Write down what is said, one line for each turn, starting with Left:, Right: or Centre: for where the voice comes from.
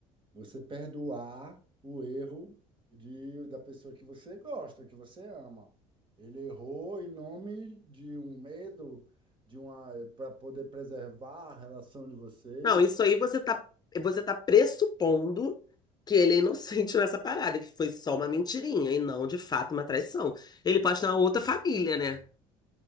Right: você perdoar o erro de, da pessoa que você gosta, que você ama. Ele errou em nome de um medo, de uma, para poder preservar a relação de vocês
Left: Não, isso aí você tá, você tá pressupondo que ele é inocente <laughs> nessa parada, que foi só uma mentirinha e não, de fato, uma traição. Ele pode ter uma outra família, né?